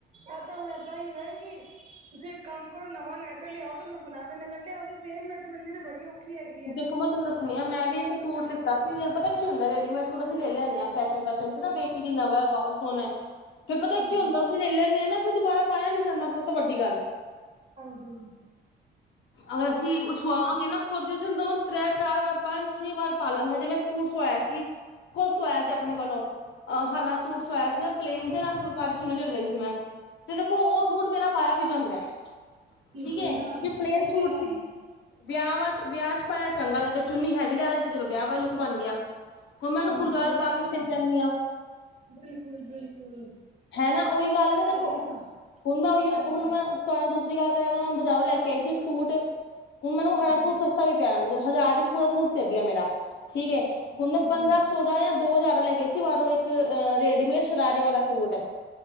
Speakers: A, on the right; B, on the left.
A: ਐਹ ਤੇ ਹੁਣ ਏਦਾਂ ਈ ਰਹੇਗੀ। ਤੁਸੀਂ ਇੱਕ ਕੰਮ ਕਰੋ ਨਵਾਂ ਨੈੱਟ ਲਿਆਓ ਤੇ ਮੈਂ ਬਣਾ ਦਿੰਨੇ ਮੈਂ ਕਿਹਾ ਐਹੋ ਜੀ ਸੇਮ ਨੈਟ ਮਿਲਣੀ ਤੇ ਬੜੀ ਔਖੀ ਹੈਗੀ ਹੈ
B: ਦੇਖੋ ਮੈਂ ਤੁਹਨ ਦ ਮੈਂ ਵੀ ਇੱਕ ਸੂਟ ਲਿਆ ਸੀ ਪਤਾ ਹੈ ਕੀ ਹੁੰਦਾ ਅਸੀਂ ਫੈਸ਼ਨ ਦੇ ਚੱ ਵਿੱਚ ਰੈਡੀਮੇਡ ਸੂਟ ਲੈ ਲੈਂਦੇ ਹਾਂ। ਨਵਾਂ ਬਹੁਤ ਸੋਹਣਾ ਲੱਗਦਾ ਹੈ ਫਿਰ ਪਤਾ
A: ਹਾਂਜੀ,
B: ਹੈ ਕੀ ਹੁੰਦਾ ਅਸੀਂ ਲੈ ਹੀ ਲੈਂਦੇ ਹਾਂ ਨਾ। ਫਿਰ ਦੁਬਾਰਾ ਪਾਇਆ ਨੀ ਜਾਂਦਾ ਬਹੁਤ ਵੱਡੀ ਗੱਲ।
A: ਹੰਜੀ।
B: ਅਗਰ ਅਸੀਂ ਉਸ ਸੁਵਾਵਾਂਗੇ
A: ਹੀ।
B: ਨਾ- ਤੁੂੰਸ਼ਨ ਦੋ ਤਰੈ ਚਾਰ ਵਾਰ ਪੰਜ ਛੇ ਵਾਰ ਪਾ ਲਾਂਗਾ ਜੇ ਮੈਂ ਇੱਕ ਸੂਟ ਸਵਾਇਆ ਸੀ। ਖੁਦ ਸਵਾਇਆ ਸੀ ਆਪਣੇ ਕੋਲੋਂ ਅਹ ਹਰਾ ਸੂਟ ਸਵਾਇਆ ਸੀ ਪਲੇਨ ਦੇ ਨਾਲ ਫੁਲਕਾਰੀ ਚੂਨੀ ਉਹ ਲੇਲਈ ਸੀ ਮੈਂ ਤੇ ਦੇਖੋ ਉਹ ਸੂਟ ਮੇਰਾ ਪਾਇਆ ਵੀ ਜਾਂਦਾ ਹੈ। ਠੀਕ
A: ਜੀ
B: ਹੈ ਕਿਉਂ
A: ਹਾਂਜੀ
B: ਉਹ ਪਲੇਨ ਸੂਟ
A: ਤੇ ਹੈ
B: ਸੀ
A: ਹੀ
B: ਵਿਆਹ ਵਾਸ- ਵਿਆਹ ਚ ਪਾਇਆ ਚੰਗਾ ਲੱਗਿਆ ਚੁੰਨੀ ਹੈਵੀ ਲੈ ਲਈ ਤੇ ਚਲੋ ਵਿਆਹ ਵਾਲਾ ਲੁਕ ਬਣ ਗਿਆ। ਹੁਣ ਮੈਂ ਉਹਨੂੰ
A: ਹਾਂਜੀ
B: ਗੁਰਦੁਆਰਾ
A: ਉਹ
B: ਪਾ ਕੇ
A: ਤਾਂ
B: ਵੀ ਚਲੀ
A: ਹੈ ਹੀ
B: ਜਾਂਨੀ ਆ‌।
A: ਬਿਲਕੁਲ ਬਿਲਕੁਲ।
B: ਹੈ ਨਾ
A: ਉਹ
B: ਉਹੀ ਗੱਲ
A: ਤਾਂ
B: ਨਾ
A: ਹੈ
B: ਦੇਖੋ
A: ਹੀ ਹੈ ਨਾ
B: ਹੁਣ ਮੈਂ ਉਹੀਓ
A: ਹਾਂਜੀ
B: ਹੁਣ ਮੈਂ ਪਰਾ ਦੂਸਰੀ ਗੱਲ ਕਰਿਆ ਮੈਂ ਬਾਜ਼ਾਰੋਂ ਲੈ ਕੇ ਆਈ ਸੀ ਇੱਕ ਸੂਟ ਹੁਣ
A: ਹਾਂਜੀ
B: ਮੈਨੂੰ ਹਰਾ ਸੂਟ ਸਸ ਘਰੀ ਪਿਆ ਰਹਿਣ ਦੇਓ ਜਦੋ ਹਜ਼ਾਰ ਵਿਚ ਪੂਰਾ ਸੂਟ ਸੇ ਮੇਰਾ। ਠੀਕ ਏ ਹੁਣ
A: ਹਾਂਜੀ ਹਾਂਜੀ
B: ਮੈਂ ਪੰਦਰਾਂ ਸੋ ਦਾਂ ਜਾਂ ਦੋ ਹਜ਼ਾਰ ਦਾ ਲੈ ਕੇ ਇਸ ਵਾਰ ਇੱਕ ਅ ਰੇਡੀਮੇਡ ਸ਼ਰਾਰੇ ਵਾਲਾ ਸੂਟ